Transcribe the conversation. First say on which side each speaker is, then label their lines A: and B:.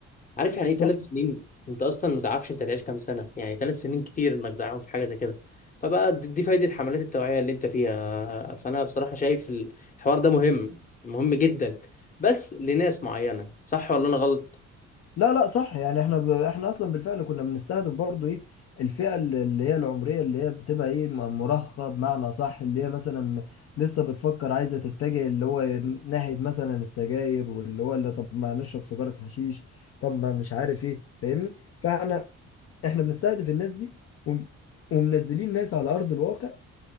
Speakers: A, on the left; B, on the left.
A: عارف يعني ايه
B: صح
A: ثلاث سنين انت اصلا ما تعرفش انت هتعيش كام سنه يعني ثلاث سنين كتير انك تضيعهم في حاجه زي كده فبقى دي دي فايده حملات التوعيه اللي انت فيها فانا بصراحه شايف الحوار ده مهم مهم جدا بس لناس معينه صح ولا انا غلط
B: لا لا صح يعني احنا ب... احنا اصلا بالفعل كنا بنستهدف برضو ايه الفئة ال- اللي هي العمرية اللي هي بتبقى ايه م- مراهقة بمعنى صح اللي هي مثلا لسه بتفكر عايزة تتجه اللي هو ناحية مثلا السجاير واللي هو اللي طب ما نشرب سيجارة حشيش طب ما مش عارف ايه فاهمني فاحنا احنا بنستهدف الناس دي وم... ومنزلين ناس على أرض الواقع